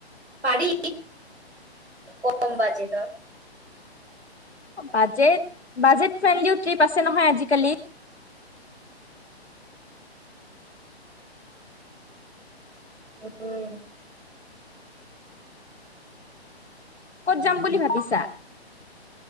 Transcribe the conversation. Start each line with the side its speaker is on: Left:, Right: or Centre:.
Right: পাৰি কম বাজেটৰ।
Left: বাজেট বাজেট ফ্ৰেণ্ডলিও ট্ৰিপ আছে নহয় আজিকালি।
Right: উম।
Left: ক'ত যাম বুলি ভাবিছা?